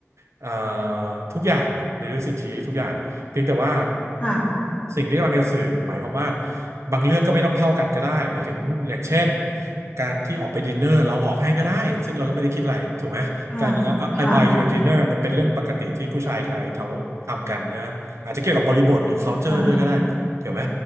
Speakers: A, on the right; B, on the left.
A: เอ่อทุกอย่างนะในเรื่องสิทธิทุกอย่างเพียงแต่ว่า
B: ค่ะ
A: สิ่งที่กำลังจะสื่อหมายความว่าบางเรื่องก็ไม่ต้องเท่ากันก็ได้หมายถึงอย่างเช่นการที่ออกไปดินเนอร์เราออกให้ก็ได้ซึ่งเราก็ไม่ได้คิดอะไรถูกไหมการเอ่อ
B: ค่ะ
A: I
B: ค่ะ
A: buy you a dinner มันเป็นเรื่องปกติที่ผู้ชายไทยเขาทำกันใช่ไหมอาจจะเกี่ยวกับบริบทหรือ culture
B: ค่ะ
A: ด้วยก็ได้เกี่ยวไหม